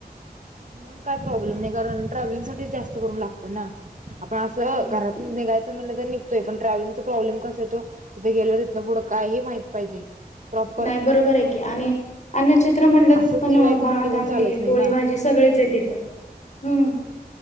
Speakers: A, on the right; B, on the left.
A: मग काय प्रॉब्लेम नाही कारण ट्रॅव्हलिंग साठी जास्त करून लागतं ना आपण असं
B: नाही नाही
A: घरात निघायचं म्हणलं तर पण ट्रॅव्हलिंग प्रॉब्म कस येतो तथे गेल्यावर तथनं पुढं काय हे माहित पाहिजे प्रॉपर
B: नाही बरोबर आहे की आणि अन्नक्षेत्र म्हटलं
A: असंच
B: पण
A: निघायचं
B: भात
A: मग निघून
B: आमटी
A: चालत नाही
B: पोळी
A: ना
B: भाजी सगळेच आहे तथं हम्म